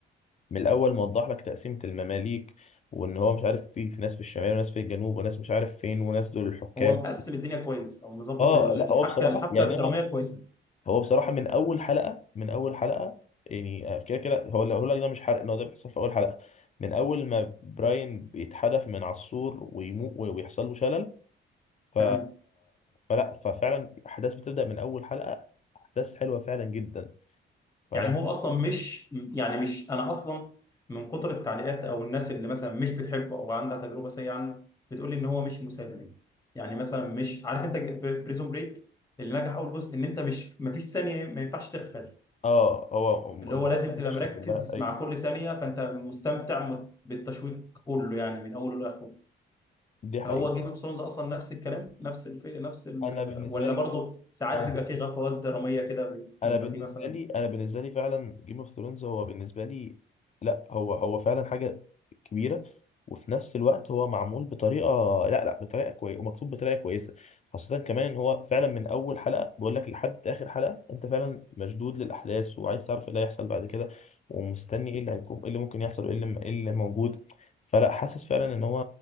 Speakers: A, on the left (about 35°); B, on the left (about 15°).
A: من الاول موضح لك تقسيمة المماليك وان هو مش عارف في في ناس في الشمال وناس في الجنوب وناس مش عارف فين وناس دول الحكام
B: هو مقسم الدنيا كويس او مظبط
A: اه
B: ال-
A: لا
B: الحبكه
A: هو بصراحه
B: الحبكه
A: يعني
B: الدراميه
A: انا
B: كويسه
A: هو بصراحه من اول حلقه من اول حلقه يعني آه، كده كده هو اللي هقول لك ده مش حرق ان هو ده بيحصل في اول حلقه من اول ما براين بيتحدف من على السور ويموت ويحصل له شلل ف...
B: تمام
A: فلا ففعلا الاحداث بتبدا من اول حلقه احداث حلوه فعلا جدا فانا
B: يعني هو اصلا مش يعني مش انا اصلا من كتر التعليقات او الناس اللي مثلا مش بتحبه او عندها تجربه سيئه عنه بتقول لي ان هو مش مسلي يعني مثلا مش عارف انت بريزون بريك اللي نجح اول جزء ان انت مش ما فيش ثانيه ما ينفعش تغفل
A: اه هو م-
B: اللي هو
A: م-
B: لازم
A: ماشي
B: تبقى مركز
A: كلها اي
B: مع كل ثانيه فانت مستمتع بالتشويق كله يعني من اوله لاخره
A: دي حقيقه
B: هو جيم اوف ثرونز اصلا نفس الكلام نفس الف... نفس ال...
A: انا بالنسبه
B: ولا
A: لي
B: برضه
A: جيم
B: ساعات
A: اوف
B: بيبقى فيه غفوات دراميه كده
A: انا
B: بيبقى
A: بالنسبه
B: فيه مثلا
A: لي انا بالنسبه لي فعلا جيم اوف ثرونز هو بالنسبه لي لا هو هو فعلا حاجه كبيره وفي نفس الوقت هو معمول بطريقه لا لا بطريقه كويسه ومكتوب بطريقه كويسه خاصه كمان ان هو فعلا من اول حلقه بقول لك لحد اخر حلقه انت فعلا مشدود للاحداث وعايز تعرف ايه اللي هيحصل بعد كده ومستني ايه اللي هيكون ايه اللي ممكن يحصل وايه اللي ايه اللي موجود فلا حاسس فعلا ان هو